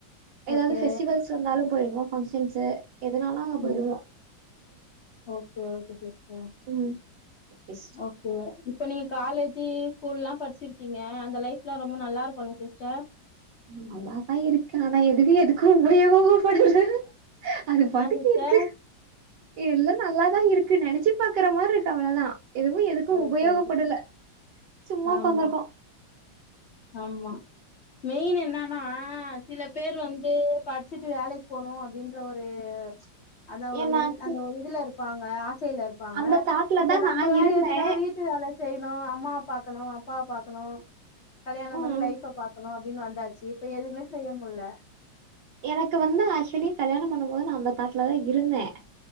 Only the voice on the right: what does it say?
எதாவது
ஃபெஸ்டிவல்ஸ் ஸ் வந்தாலும் போயிடுவோ ஃபங்க்ஷன்ஸ எதனாலு அங்க போயிடுவோ
ம் ஓகே சிஸ்டர்
நல்லாதா இருக்கு ஆனா எதுகு எதுக்கு உபயோகப்படுது அது பாட்டுக்கு
இருக்கு எல்லா நல்லாதா இருக்கு நினைச்சி பாக்குற மாரி இருக்கு அவ்வதா எதுவு எதுக்கு
உபயோகப்படல
சும்மா உக்கந்தருக்கோ
<inaudible>
ஏன்னா
அந்த தாட்ல
தான்
நான் இருந்தேன்.
ம்.
எனக்கு வந்து ஆக்சுலி கல்யாணம் பண்ணும் போ நா அந்த தாட்ல தா இருந்தே